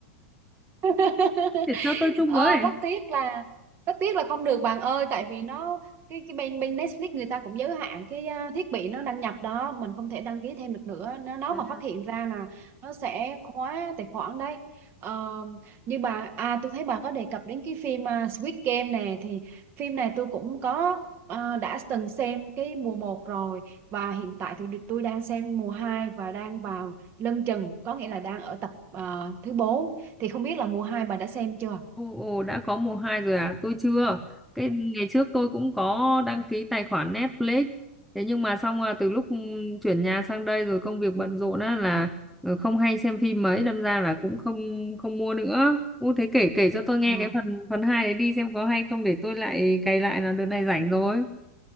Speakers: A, on the right (about 35°); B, in the centre.
A: <laughs>
B: Để cho tôi chung
A: Ờ,
B: với.
A: rất tiếc là rất tiếc là không được bạn ơi tại vì nó cái cái bên bên Netflix người ta cũng giới hạn cái à, thiết bị nó đăng nhập đó mình không thể đăng ký thêm được nữa nó nó
B: À,
A: mà phát hiện ra là nó sẽ khóa tài khoản đấy Ờ, như bà à tôi thấy bà có đề cập đến cái phim à, Squid Game nè thì phim này tôi cũng có à, đã từng xem cái mùa một rồi và hiện tại thì tôi đang xem mùa 2 và đang vào lân chừng có nghĩa là đang ở tập à, thứ bốn thì không biết là mùa 2 bà đã xem chưa
B: Ồ, ồ, đã có mùa 2 rồi à? Tôi chưa. Cái ngày trước tôi cũng có đăng ký tài khoản Netflix. Thế nhưng mà xong là từ lúc chuyển nhà sang đây rồi công việc bận rộn á là ừ, không hay xem phim mấy đâm ra là cũng không không mua nữa. Ô thế kể kể cho tôi nghe
A: Ờ.
B: cái phần phần 2 đấy đi xem có hay không để tôi lại cày lại là đợt này rảnh rồi.